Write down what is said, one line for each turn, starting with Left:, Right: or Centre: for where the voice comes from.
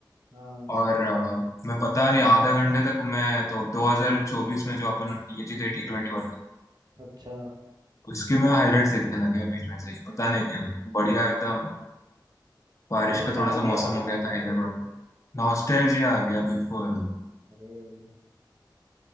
Right: हाँ
Left: और अ, मैं पता नहीं आधा घंटे तक मैं तो 2024 में जो अपन ये जीते टी ट्वेंटी वर्ल्ड कप,
Right: अच्छा
Left: उसकी मैं हाईलाइट्स देखने लगे बीच में से ही पता नहीं क्यों बढ़िया एकदम बारिश
Right: नॉस्टैल्जिया
Left: का थोड़ा सा मौसम
Right: आ
Left: हो
Right: गया आपको
Left: गया था
Right: है
Left: हैदराबाद
Right: बिल्कुल
Left: में, नॉस्टैल्जिया आ गया बिल्कुल
Right: अरे